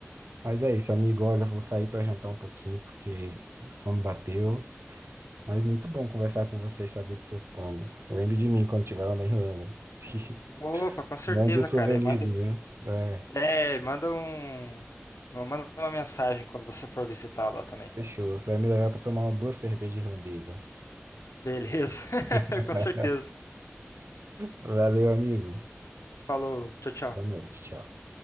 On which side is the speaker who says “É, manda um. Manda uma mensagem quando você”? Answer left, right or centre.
Left